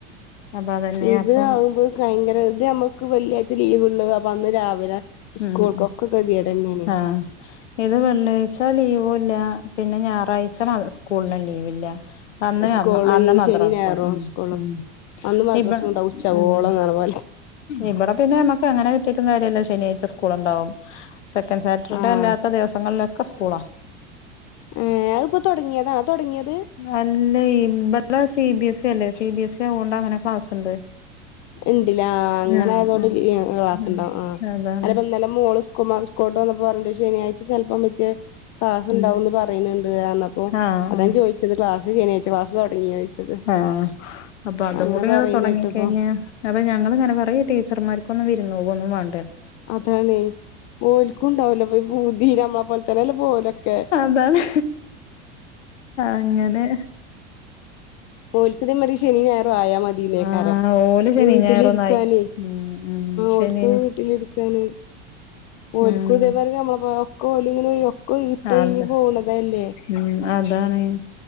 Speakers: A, on the left; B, on the left.
A: അതതന്നെ
B: ഇത്
A: അപ്പൊ
B: ആകുമ്പോ ഭയങ്കര ഇത് നമ്മുക്ക് വെള്ളിയാഴ്ച ലീവുള്ളു അപ്പൊ അന്ന് രാവിലെ സ്കൂൾക്കൊക്കെ
A: ഉം
B: ഗതികേടെന്നേണ്
A: ആ ഇത് വെള്ളിയാഴ്ച ലീവുംല്ല പിന്നെ ഞായറാഴ്ച മദ്രസ സ്കൂളിനും ലീവില്ല. അന്ന്
B: സ്കൂള്
A: അന്ന അന്ന്
B: ലീവ്
A: മദ്രസ്സാ
B: ശനിം ഞായറും
A: ഉം
B: സ്കൂളും
A: ഉം
B: അന്ന് മദ്രസും
A: ഇപ്പ
B: ഉണ്ടാവും ഉച്ചവോളം
A: ഉം
B: ന്നർഞ്ഞ പോലെ
A: ഇവിടെ പിന്നെമ്മക്ക് അങ്ങനെ കിട്ടിട്ടും കാര്യല്ല ശനിയാഴ്ച്ച സ്കൂൾ ഉണ്ടാവും സെക്കൻ് സാറ്റർഡേ
B: ആഹ്
A: അല്ലാത്ത ദിവസങ്ങളിലൊക്കെ സ്കൂളാ
B: ഏഹ് തൊടങ്ങിയതാണോ തൊടങ്ങിയത്
A: അല്ലെ ഇബിടെ സി ബി എസ് സ ഉണ്ട് സി ബി എസ് സ ണ്ട അങ്ങനെ ക്ലാസ്ണ്ട്
B: ഇണ്ടില്ല അങ്ങനെ
A: ആഹ്
B: ആയതൊണ്ട്
A: ആഹ്
B: ക്ലാസ്
A: ഉം
B: ഉണ്ടാവും
A: അതാണ്
B: അല്ലപ്പ ഇന്നലെ മോള് സ് കുമാർ സ്കോട്ട് വന്നു പറഞ്ഞു ശനിയാഴ്ച ചിലപ്പം വെച്ച് ക്ലാസ്
A: ഉം
B: ഉണ്ടാവുന്ന് പറയുന്നുണ്ട് അന്നപ്പോ
A: ആഹ്
B: അതാൻ
A: ആഹ്
B: ചോദിച്ചത് ക്ലാസ് ശനിയാഴ്ച ക്ലാസ് തുടങ്ങിയോ ചോദിച്ചത്
A: ആ അപ്പൊ അതും
B: അങ്ങനെ
A: കൂടി ഇങ്ങ
B: പറയണ
A: തുടങ്ങിക്കഴിഞ്ഞാ
B: കേട്ടപ്പോ
A: അപ്പൊ ഞങ്ങള്ൾങ്ങനെ പറയും ടീച്ചർമാർക്കൊന്നും വിരുന്ന പോകോന്നും വേ
B: അതാണ് ഓല്ക്കും ഉണ്ടാവലൊ പൂതി നമ്മളെ പോലെ തന്നെല്ല പോലൊക്കെ
A: എന്താണ് അങ്ങനെ
B: ഓല്ക്കുന്നേ മതി ശനി ഞായർ ആയാ മതിന്നേക്കാര
A: ആഹ് ഓല് ശനി
B: വീട്ടിലിരിക്കാന്
A: ഞായറൊന്നും ആയി ഉം ഉം ശനി
B: ഓല്കൂ വീട്ടിലിരിക്കാൻ ഓല്കൂ
A: ഉം
B: ഇതേ പറ നമ്മൾ <unintelligible> കോല് ഇട്ടോ
A: അത്
B: ഇഞ് പോണതല്ലേ
A: ഉം അതാണ്